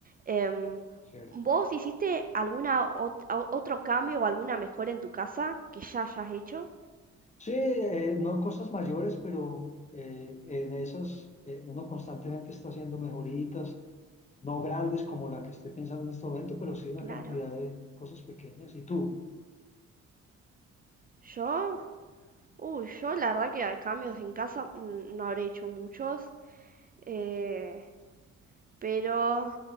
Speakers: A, on the right (about 30°); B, on the left (about 25°).
A: Em,
B: Cierto.
A: ¿vos hiciste alguna ot- o- otro cambio o alguna mejora en tu casa que ya hayas hecho?
B: Sí, eh, no cosas mayores, pero eh, en esas eh, uno constantemente está haciendo mejoritas, no grandes como la que estoy pensando en este momento, pero sí una
A: Claro.
B: cantidad de cosas pequeñas. ¿Y tú?
A: Yo, uy, yo la verdad que a cambios en casa mm, no habré hecho muchos, eh, pero